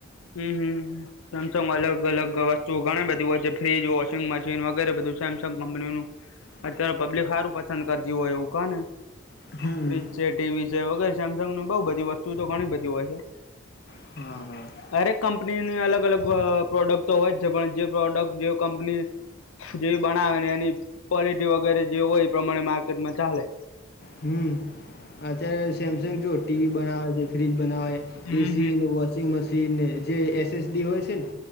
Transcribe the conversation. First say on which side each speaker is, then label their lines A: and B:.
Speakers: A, on the left (about 90°); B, on the left (about 50°).
A: હમ હમ હ સેમસંગમાં અલગ અલગ વસ્તુ ઘણી બધી હોય છે. ફ્રીજ, વોશિંગ મશીન વગેરે બધું સેમસંગ કંપનીનું
B: હ
A: અત્યારે પબ્લિક સારું પસંદ કરતી હોય એવું કાને,
B: હમ
A: ફ્રીજ જે ટીવી છે વગેરે સેમસંગ ની બઉ બધી વસ્તુઓ તો ઘણી બધી હોય છે.
B: હમ હ
A: હરેક કંપનીની અલગ અલગ પ્રોડક્ટ તો હોય જ છે, પણ જે પ્રોડક્ટ જે કંપની જેવી બનાવે ને એની ક્વોલિટી વગેરે જે હોય એ પ્રમાણે માર્કેટમાં ચાલે.
B: હમ અત્યારે સેમસંગ જોુ ટીવી બનાવે છે ફ્રીજ બનાવે છે.
A: હમ
B: એસીને વોશિંગ મશીનને જે એસએસડી હોય છે ને